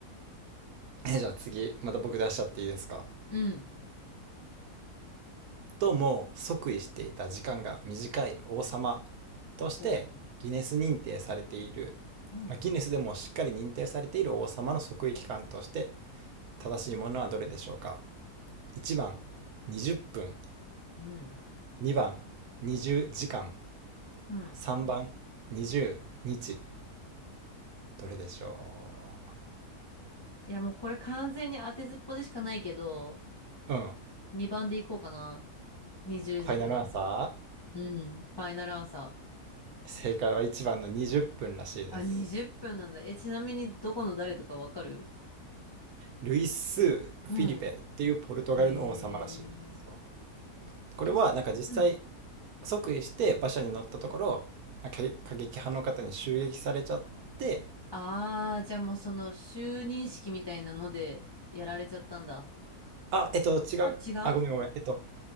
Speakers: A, on the right; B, on the left.
A: えーじゃあ次、また僕出しちゃっていいですか。
B: うん。
A: 最も即位していた時間が短い王様として、
B: おう。
A: ギネス認定されている、
B: うん。
A: まあ、ギネスでもしっかり認定されている王様の即位期間として、正しいものはどれでしょうか ?1 番、20分。
B: うん。
A: 2番、20時間。
B: うん
A: 3番、20日。どれでしょ
B: いや、もうこれ完全に当てずっぽでしかないけど、
A: ううん。
B: 2番でいこうかな。20時間。
A: ファイナルアンサ
B: うん。ファイナルアンサー。
A: ー正解は1番の20分らしいです。
B: あ、20分なんだ。え、ちなみにどこの誰とかわかる
A: ルイス・フィリペっていうポルトガルの王様らしいです。
B: うん。へえ。
A: そうこれはなんか実際
B: え、すうん。
A: 即位して馬車に乗ったところ、過激派の方に襲撃されちゃって、
B: ああ、じゃあもうその就任式みたいなのでやられちゃったんだ。
A: あ、えっと違う。
B: あ、違う
A: あ、ごめんごめん。えっと、